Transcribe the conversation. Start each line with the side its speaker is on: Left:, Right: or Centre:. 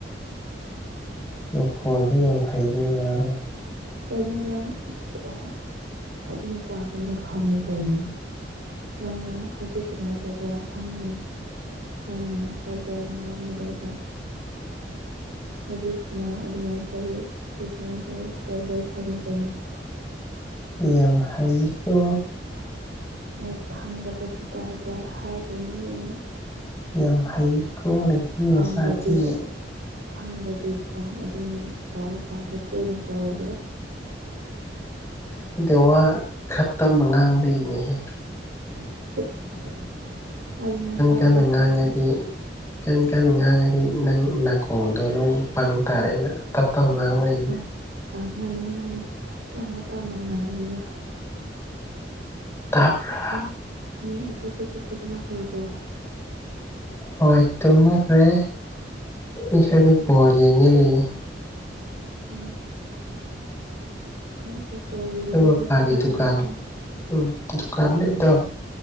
Right: <inaudible>
Left: ꯃꯈꯣꯜꯗ ꯌꯥꯝ ꯍꯩꯕꯩ ꯋꯥꯔꯣ
Right: ꯀꯩꯅꯣ ꯅꯪ <unintelligible> ꯑꯗꯨꯝ ꯇꯥꯕꯅꯤꯅ ꯈꯪꯉꯤ ꯀꯩꯅꯣ ꯅꯪꯅ ꯍꯧꯖꯤꯛ ꯀꯃꯥꯏꯟ ꯇꯧꯕ꯭ꯔ ꯈꯪꯉꯤ ꯅꯪꯅ <unintelligible> ꯉꯥꯡꯕꯗꯨꯒ ꯍꯧꯖꯤꯛ ꯉꯥꯡ ꯑꯗꯨꯃꯥꯏꯟ ꯇꯧꯋꯤ ꯑꯁꯤ ꯑꯗꯨꯃꯥꯏꯟ ꯇꯧꯋꯤ ꯍꯥꯏꯕ ꯂꯣꯏ ꯈꯪꯉꯤ ꯀꯩꯅꯣ
Left: ꯌꯥꯝ ꯍꯩꯀꯣ
Right: ꯑꯩ ꯈꯪꯗꯕꯒꯤ ꯗꯥꯏꯗ ꯍꯥꯏꯔꯤꯅꯦꯕ ꯅꯪ
Left: ꯌꯥꯝ ꯍꯩꯀꯣꯅꯦ ꯃꯤ
Right: ꯈꯪꯗ꯭ꯔꯗꯤ
Left: ꯃꯆꯥꯗꯤ
Right: ꯑꯗꯨ ꯈꯪꯗ꯭ꯔꯗꯤ ꯐꯣꯟ ꯑꯗꯨꯝ ꯇꯧꯔꯀꯥꯟꯗ ꯇꯣꯏꯅ ꯇꯧꯔꯒ
Left: ꯅꯠꯇꯦ ꯋꯥ ꯈꯔ ꯇꯞꯅ ꯉꯥꯡꯕꯩꯅꯦꯍꯦ
Right: <unintelligible> ꯑꯗꯨꯃꯥꯏꯅ ꯇꯧꯔꯗꯤ
Left: ꯀꯟꯅ ꯉꯥꯡꯉꯗꯤ
Right: ꯐꯩꯅꯦ
Left: ꯀꯟ ꯀꯟ ꯉꯥꯡꯉꯗꯤ ꯅꯪ ꯅꯥꯀꯣꯡꯗꯣ ꯂꯣꯏ ꯄꯪ ꯇꯥꯔꯦꯅ ꯇꯞ ꯇꯞꯅ ꯉꯥꯡꯕꯩꯅꯦ
Right: ꯑꯥ ꯑꯥ ꯃꯥꯅꯦ ꯃꯥꯅꯦ ꯇꯞꯅ ꯇꯞꯅ ꯉꯥꯡꯕꯤꯌꯣ
Left: ꯇꯥꯕ꯭ꯔ
Right: ꯃꯤ ꯃꯤ ꯑꯇꯣꯞꯄꯗꯤ ꯇꯨꯝꯅꯈ꯭ꯔꯕꯣ
Left: ꯍꯣꯏ ꯇꯨꯝꯅꯈ꯭ꯔꯦ ꯃꯤ ꯈꯔꯗꯤ ꯕꯣꯜ ꯌꯦꯡꯒꯦ ꯂꯩꯌꯦ
Right: ꯎꯝ ꯅꯪꯁꯨ ꯕꯣꯜ ꯌꯦꯡꯉꯣꯏꯗꯕ
Left: ꯑꯩꯈꯣꯏ ꯃꯄꯥꯒꯤ
Right: ꯖꯥꯠꯂ
Left: ꯗꯨꯀꯥꯟ
Right: <unintelligible>
Left: ꯎꯝ ꯗꯨꯀꯥꯟ ꯑꯃ ꯂꯩꯕꯗꯣ